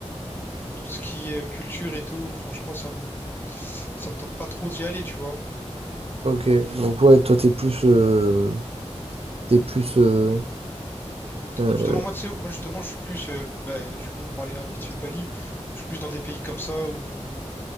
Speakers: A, on the left; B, on the right.
A: tout ce qui est euh, culture et tout, franchement, ça me, ça me tente pas trop d'y aller, tu vois.
B: Ok, donc ouais, toi, t'es plus... euh, t'es plus euh, euh,
A: Justement, moi, tu sais, moi, justement, je suis plus, euh, bah, du coup, on parlait euh, vite fait de Bali, je suis plus dans des pays comme ça où,